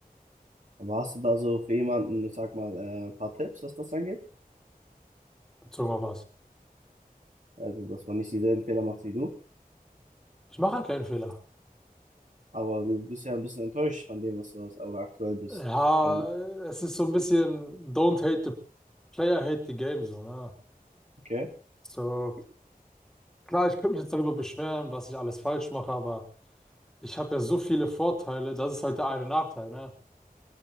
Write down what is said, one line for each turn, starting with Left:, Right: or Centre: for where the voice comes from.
Right: Aber hast du da so für jemanden, ich sag mal, äh, ein paar Tipps, was das angeht?
Centre: Bezogen auf was?
Right: Also, dass man nicht dieselben Fehler macht wie du?
Centre: Ich mache halt keinen Fehler.
Right: Aber du bist ja ein bisschen enttäuscht von dem, was du hast, oder aktuell bist.
Centre: Ja,
Right: Weil,
Centre: es ist so ein bisschen don't hate the player, hate the game, so, ne?
Right: okay,
Centre: So, klar, ich könnte mich jetzt darüber beschweren, was ich alles falsch mache, aber ich habe ja so viele Vorteile, das ist halt der eine Nachteil, ne?